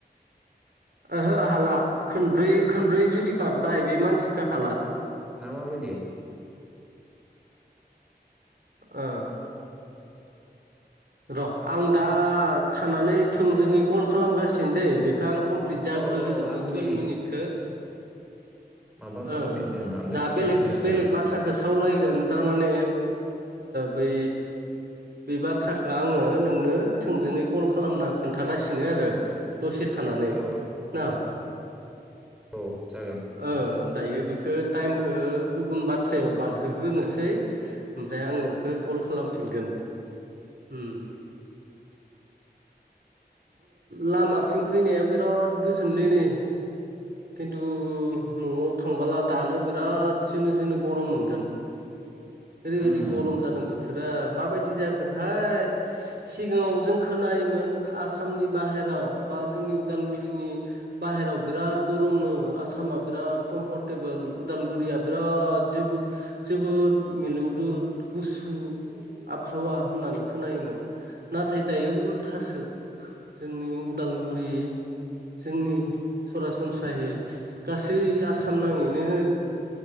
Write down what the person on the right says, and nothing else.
ओहो हाला खनब्रै खनब्रै जुदि बारबाय बे मानसिखो हाला।
<inaudible> र' आं दा थानानै थोंजोङै कल खालामगासिनो द बेखौ आं कमप्लिट
जाग्रोजोबनो
टुवेल्भ
मिनिटखौ।
अ
दा
बेल
बेलग ब बाथ्राखौ सावरायगोन थारमाने बै बे बाथ्रा बाथ्राखौ आङो नोंनो थोंजोङै कल खालामना खोन्थागासिनो आरो। दसे थानानै
ना।
ओं दायो बेखौ टाइमखौ गुबुन बाथ्रायाव बारहोग्रोनोसै। ओमफ्राय आं नोंखौ कल खालामफिनगोन। उम लामाथिं फैनाया बिराद गोजोनलै नै खिन्थु न'आव थांबोला दानो बिरादसोनो जोंो गरम मोनगोन। ओरैबायदि
गरम जादों बोथोरा माबायदि जाखो थायथाय सिगाङाव जों खोनायोमोन। आसामनि बाहेराव बा जोंनि उदालगुरिनि बाहेरायाव बिराद गरमनो आसामा बिराद कमफर्ट टेबोल उदालगुरिया बिराद जोबो जोबोद मिलौदु गुसु
हावा होननानै खोनायोमोन नाथाय दायो उल्थासो जोंनि उदालगुरि जोंनि सरासनस्रायै गासै आसाम नाङैनो